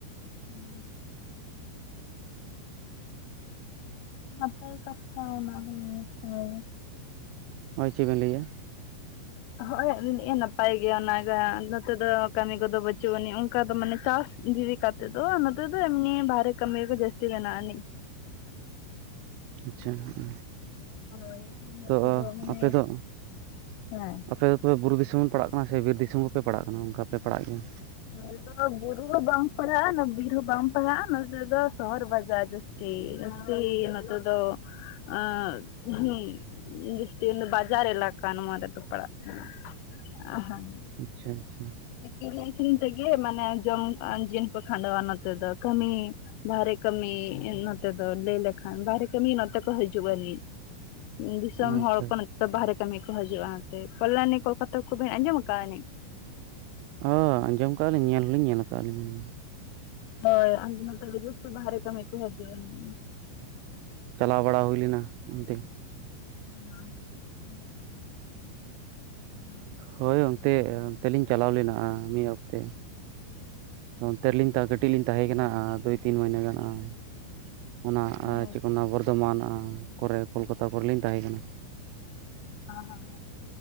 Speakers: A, on the left; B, on the right.
A: ᱦᱩᱸ᱾ ᱱᱟᱯᱟᱭ ᱠᱟᱛᱷᱟ ᱚᱱᱟ ᱦᱮ ᱦᱳᱭ᱾
B: ᱦᱳᱭ ᱪᱮᱫ ᱵᱮᱱ ᱞᱟᱹᱭᱮᱼᱟ?
A: ᱦᱚᱭ ᱡᱟᱱᱤᱡ-ᱮ ᱱᱟᱯᱟᱭ ᱜᱮᱭᱟ ᱚᱱᱟᱜᱮ ᱱᱚᱛᱮ ᱫᱚ ᱠᱟᱹᱢᱤ ᱠᱚᱫᱚ ᱵᱟᱪᱩᱜ ᱟᱹᱱᱤᱡ ᱚᱱᱠᱟ ᱫᱚ ᱢᱟᱱᱮ ᱪᱟᱥ ᱤᱫᱤ ᱠᱟᱛ ᱛᱮ ᱫᱚ ᱱᱚᱛᱮ ᱫᱚ ᱮᱢᱱᱤ ᱵᱟᱦᱨᱮ ᱠᱚ ᱠᱟᱹᱢᱤ ᱜᱮ ᱡᱟᱥᱛᱤ ᱢᱮᱱᱟᱜ ᱟᱱᱤᱡᱽ᱾
B: ᱟᱪᱪᱷᱟ ᱦᱚᱸᱼᱚ᱾
A: ᱦᱳᱭ᱾ ᱱᱚᱛᱮ
B: ᱛᱚ
A: ᱫᱚ ᱢᱟᱱᱮ
B: ᱟᱯᱮᱫᱚ
A: ᱦᱮᱸ
B: ᱟᱯᱮᱫᱚ ᱛᱚᱵᱮ ᱵᱩᱨᱩ ᱫᱤᱥᱚᱢ ᱵᱮᱱ ᱯᱟᱲᱟᱜ ᱠᱟᱱᱟ ᱥᱮ ᱵᱤᱨ ᱫᱤᱥᱚᱢ ᱠᱚ ᱯᱮ ᱯᱟᱲᱟᱜ ᱠᱟᱱᱟ, ᱚᱱᱠᱟ ᱯᱮ ᱯᱟᱲᱟᱜ ᱜᱮᱭᱟ?
A: ᱱᱚᱛᱮ ᱫᱚ ᱵᱩᱨᱩ ᱦᱚᱸ ᱵᱟᱝ ᱯᱟᱲᱟᱜᱼᱟ ᱟᱨ ᱵᱤᱨ ᱦᱚᱸ ᱵᱟᱝ ᱯᱟᱲᱦᱟᱜᱼᱟ ᱱᱚᱛᱮ ᱫᱚ ᱥᱚᱦᱚᱨ ᱵᱟᱡᱟᱨ ᱡᱟᱥ ᱛᱤ ᱟᱨᱠᱤ ᱱᱚᱛᱮ ᱫᱚ ᱟᱸᱜ ᱦᱩᱸ᱾ ᱡᱟᱥᱛᱤ ᱵᱟᱡᱟᱨ ᱤᱞᱱᱟ ᱵᱟᱡᱟᱨ ᱮᱞᱟᱠᱟ ᱱᱚᱣᱟᱨᱮᱫᱚ ᱯᱟᱲᱟᱜ ᱠᱟᱱᱟ᱾
B: ᱟᱪᱪᱷᱟᱼᱟᱪᱪᱷᱟ᱾
A: ᱠᱤᱨᱤᱧ ᱟᱠᱦᱨᱤᱧ ᱛᱮᱜᱮ ᱢᱟᱱᱮ ᱡᱚᱢ ᱟᱱ ᱡᱤᱭᱚᱱ ᱠᱚ ᱠᱷᱟᱸᱰᱣᱟ ᱱᱚᱛᱮ ᱫᱚ, ᱠᱟᱹᱢᱤ ᱵᱟᱦᱨᱮ ᱠᱟᱹᱢᱤ ᱱᱚᱛᱮ ᱫᱚ ᱞᱟᱹᱭ ᱞᱮᱠᱷᱟᱱ ᱵᱟᱦᱨᱮ ᱠᱟᱹᱢᱤ ᱱᱚᱛᱮ ᱠᱚ ᱦᱤᱡᱩᱜ ᱟᱹᱱᱤᱡ᱾ ᱫᱤᱥᱚᱢ
B: ᱟᱪᱪᱷᱟ
A: ᱦᱚᱲ ᱠᱚ ᱱᱚᱛᱮ ᱫᱚ ᱵᱟᱨᱦᱨᱮ ᱠᱟᱹᱢᱤ ᱠᱚ ᱦᱤᱡᱩᱜᱼᱟ ᱱᱚᱛᱮ᱾ ᱠᱚᱞᱭᱟᱱᱤ, ᱠᱳᱞᱠᱟᱛᱟ, ᱠᱚ ᱵᱮᱱ ᱟᱸᱡᱚᱢ ᱟᱠᱟᱜ ᱟᱱᱤᱡ?
B: ᱚ ᱟᱸᱡᱚᱢ ᱟᱠᱟᱜᱠᱟᱜ-ᱟᱞᱤᱧ ᱧᱮᱞ ᱦᱚᱸᱞᱤᱧ ᱧᱮᱞ ᱟᱠᱟ-ᱟᱹᱞᱤᱧ ᱟᱹᱞᱤᱧ᱾
A: ᱦᱚᱭ ᱟᱫᱚ ᱱᱚᱛᱮ ᱫᱚ ᱡᱟᱥᱛᱤ ᱵᱟᱦᱟᱨᱮ ᱠᱟᱹᱢᱤ ᱠᱚ ᱦᱤᱡᱩᱜ ᱟᱱᱤᱡ᱾
B: ᱪᱟᱞᱟᱣ ᱵᱟᱲᱟ ᱦᱩᱭ ᱞᱮᱱᱟ ᱚᱱᱛᱮ᱾
A: <unintelligible> ᱦᱳᱭ᱾
B: ᱦᱳᱭ ᱚᱱᱛᱮ, ᱚᱱᱛᱮ ᱞᱤᱧ ᱪᱟᱞᱟᱣ ᱞᱮᱱᱟ ᱟ ᱢᱤᱫ ᱚᱠᱛᱮ᱾ ᱚᱱᱛᱮ ᱨᱮᱞᱤᱧ ᱛᱟᱴᱜᱮᱴ ᱴᱤ ᱛᱮᱞᱤᱧ ᱛᱟᱦᱮᱸ ᱠᱟᱱᱟ ᱟ ᱫᱩᱭ ᱛᱤᱱ ᱢᱟᱹᱭᱱᱟᱹ ᱜᱟᱱ ᱟᱸ ᱚᱱᱟ
A: ᱦᱳᱭ
B: ᱪᱮᱫ
A: ᱟᱪᱪᱷᱟ
B: ᱠᱚ ᱢᱮᱱᱟ ᱵᱚᱨ ᱫᱚᱢᱟᱱ ᱟ ᱠᱚᱨᱮ ᱠᱳᱞᱠᱟᱛᱟ ᱠᱚᱨᱮ ᱞᱤᱧ ᱛᱟᱦᱮᱸ ᱠᱟᱱᱟ᱾
A: ᱦᱟᱸ